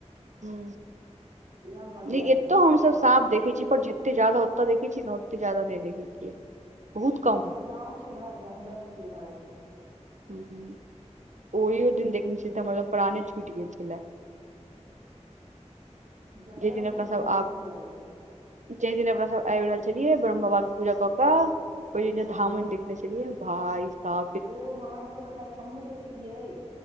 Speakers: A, on the right; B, on the right.
A: हम्म
B: इएह दुआरे लागैया
A: ए-एत हमसब सांप देखै छी पर जेते ज्यादा ओत देखै छी न ओते ज्यादा नयि देखै छियै बहुत कम
B: त ओ त गाँव छै ने जंगल छै भाये।
A: हम्म ओहियो दिन देखने छी तऽ मतलब प्राणे छुइट गेल छलै।
B: जंगल
A: जे दिन अपना
B: छै ने
A: सब
B: इम्हर
A: आ
B: इएह दुआरे
A: जे दिन अपना सब एब रहल छलियै ब्रह्म बाबा के पूजा कऽ कऽ ओहि
B: हँ
A: दिन
B: हँ
A: धामन देख छलिय भाय साब
B: ओ हँ हमरो पता अइछ हमहुँ तऽ छलियै।